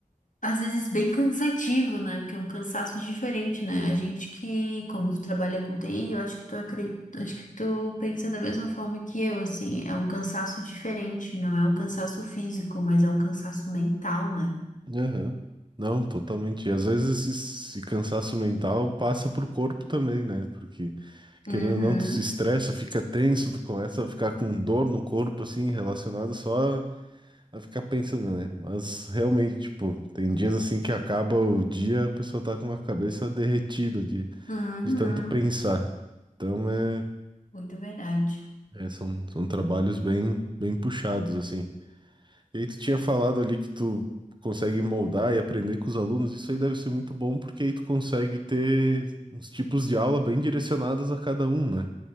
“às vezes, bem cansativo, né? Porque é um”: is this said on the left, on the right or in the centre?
Left